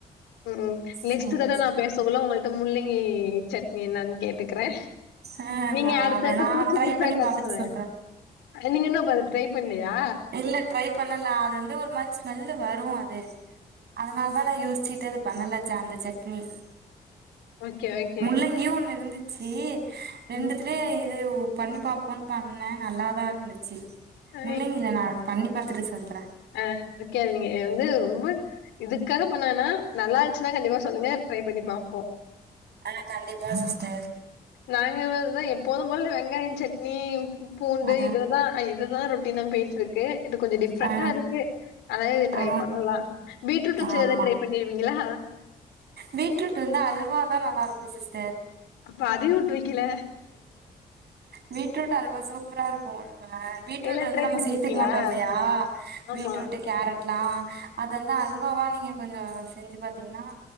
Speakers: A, on the left; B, on the right.
A: ம் நெக்ஸ்ட்
B: சேரி
A: தடவ
B: சேரி
A: நா பேசக்குல உங்கள்ட முள்ளங்கி சட்னி என்னான் கேட்டுக்கறே
B: ஆ
A: நீங்க
B: நா
A: அடுத்தது
B: அத நா
A: புதுசு
B: ட்ரை
A: புதுசா
B: பண்ணி
A: கத்துவ
B: பாத்துட்டு சொல்றே
A: நீங்க இன்னு அப்ப அத ட்ரை பண்லியா
B: இல்ல ட்ரை பண்லா அது வந்து ஒரு மாதிரி ஸ்மெல்லு வரு அது அதனால தா நா யோசிச்சுட்டு அது பண்ணலச்ச அந்த சட்னி
A: ஓகே, ஓகே.
B: முள்ளங்கியு ஒண்ணு இருந்துச்சு ரெண்டுத்
A: ம்.
B: இ இது பண்ணி பாப்போன்னு பண்ண நல்லாதா இருந்துச்சு
A: அ
B: முள்ளங்கில நா பண்ணி பாத்துட்டு சொல்ற
A: அஹ் ஓகே அத நீங்க வந்து ரொம்ப இதுக்காக பண்ண வேணா நல்லா இருந்துசுன்னா கண்டிப்பா சொல்லுங்க ட்ரை பண்ணி பாப்போ
B: ஆ கண்டிப்பா சிஸ்டர்
A: நாங்கதா எப்போதும் போல வெங்காயோ சட்னி பூண்டு
B: ஆ
A: இதுதா இதுதா ரொட்டீனா போய்ட்டுருக்கு இது கொஞ்சோ டிஃப்ரெண்டா
B: ஆ
A: இருக்கு ஆனா இது ட்ரை
B: ஆ
A: பண்லா பீடரூட் வெச்சு
B: ஆமா
A: எதாவது ட்ரை பண்ணிருவீங்களா
B: பீட்ரூட் வந்து அல்வாதா நல்லா இருக்கும் சிஸ்டர்
A: அப்ப அதையு உட்டு வைக்கல
B: பீட்ரூட் அல்வா சூப்பரா இருக்கு பீட்ரூட்
A: இல்ல
B: வந்து
A: ட்ரை
B: நம்ம
A: பண்ணிருக்கீங்களா?
B: சேர்த்து மாட்டோம் இல்லையா பீட்ரூட்டு
A: ஆமா.
B: கேரட் ல அது வந்து அல்வாவா நீங்க கொஞ்சோ செஞ்சு பாத்தீங்கன்னா